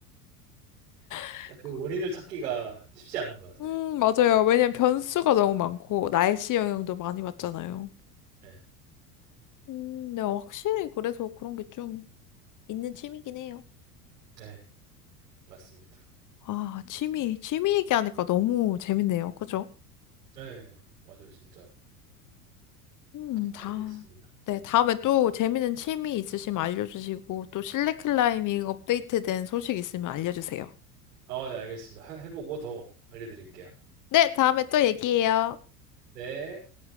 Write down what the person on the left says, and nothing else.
<laughs>
음, 맞아요. 왜냐면 변수가 너무 많고, 날씨 영향도 많이 받잖아요.
음, 네, 확실히 그래서 그런 게 좀 있는 취미긴 해요.
아, 취미, 취미 얘기하니까 너무 재밌네요. 그죠?
음,
다, 네, 다음에 또 재밌는 취미 있으시면 알려주시고, 또 실내 클라이밍 업데이트된 소식 있으면 알려주세요.
네, 다음에 또 얘기해요.